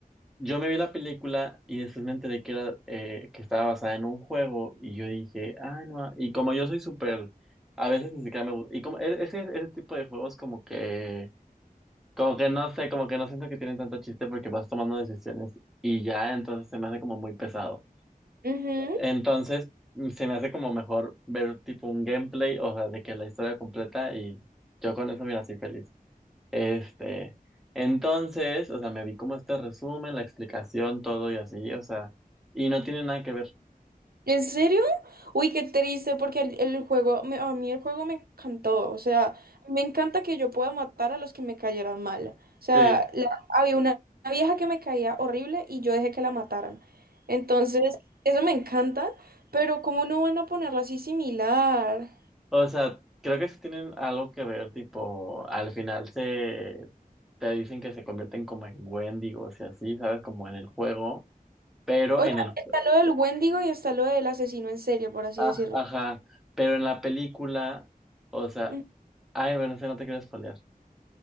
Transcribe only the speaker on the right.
Ujú.
¿En serio? Uy, qué triste, porque el, el juego, me- a mí el juego me encantó. O sea, me encanta que yo pueda matar a los que me cayeran mal. O sea,
la- había una, una vieja que me caía horrible y yo dejé que la mataran. Entonces, eso me encanta, pero ¿cómo no van a ponerlo así similar?
O
sea,
está lo del Wendigo y está lo del asesino en serie, por así
decirlo.
Ujú.